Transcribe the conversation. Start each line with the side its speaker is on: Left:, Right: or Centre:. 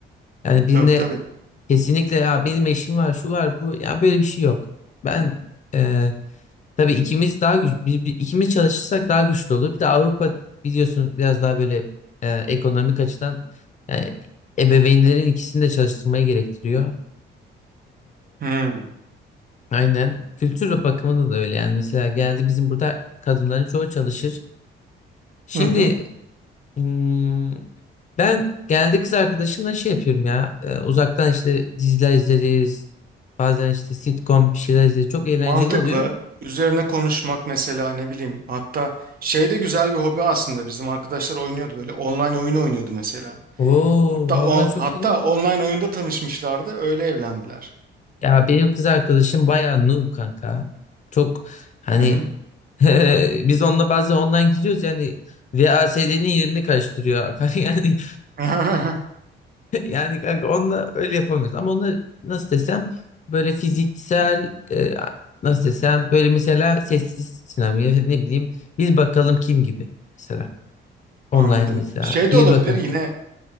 Left: Yani birine
Right: Tabii tabii.
Left: kesinlikle ya benim eşim var, şu var, bu. Ya böyle bir şey yok. Ben e, tabii ikimiz daha güç, bir, bir- ikimiz çalışırsak daha güçlü olur. Bir de Avrupa biliyorsun biraz daha böyle e, ekonomik açıdan yani ebeveynlerin ikisini de çalıştırmayı gerektiriyor.
Right: Hmm.
Left: Aynen. Kültür bakımında da öyle. Yani mesela geldi bizim burada kadınların çoğu çalışır. Şimdi
Right: Hı hı.
Left: hmm, ben geldi kız arkadaşımla şey yapıyorum ya. e, uzaktan işte diziler izleriz. Bazen işte sitcom bir şeyler izleriz. Çok eğlenceli
Right: Mantıklı.
Left: oluyor.
Right: Üzerine konuşmak mesela ne bileyim. Hatta şey de güzel bir hobi aslında. Bizim arkadaşlar oynuyordu böyle. Online oyun oynuyordu mesela.
Left: Oo
Right: Hatta
Left: vallahi
Right: o
Left: çok
Right: hatta
Left: iyi.
Right: online oyunda tanışmışlardı. Öyle evlendiler.
Left: Ya benim kız arkadaşım bayağı noob kanka. Çok hani
Right: Hı hı.
Left: <laughs> biz onunla bazen online giriyoruz yani VASD'nin yerini karıştırıyor. <laughs> Yani
Right: <laughs>
Left: <laughs> Yani kanka onunla öyle yapamıyoruz. Ama onu nasıl desem böyle fiziksel e, nasıl desem böyle mesela sessiz sinema ya ne bileyim bir bakalım kim gibi mesela. Online
Right: Anladım.
Left: mesela
Right: Şey
Left: bir
Right: de olabilir
Left: bakalım
Right: yine
Left: kim.